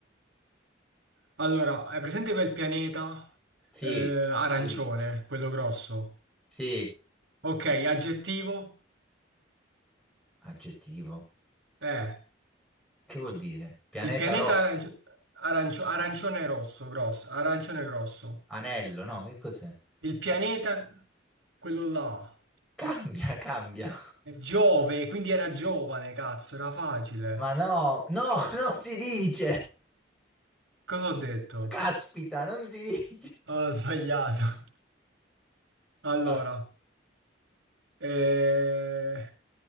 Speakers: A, on the right; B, in the centre.
A: allora, hai presente quel pianeta
B: Sì,
A: eh, arancione,
B: sì,
A: quello grosso?
B: sì.
A: Ok,
B: Gi-
A: aggettivo?
B: Aggettivo.
A: Eh.
B: Che vuol dire? Pianeta
A: Il pianeta
B: rosso,
A: arancio- arancio- arancione rosso, grosso, arancione grosso.
B: anello, no, che cos'è?
A: Il pianeta,
B: Ca-
A: quello là,
B: cambia, cambia.
A: è Giove, quindi era giovane, cazzo, era facile.
B: Ma no, no, <laughs> non si dice.
A: Cosa ho detto?
B: Caspita, non si dice.
A: Ah, Ho sbagliato. <laughs> Allora,
B: Vai.
A: eh,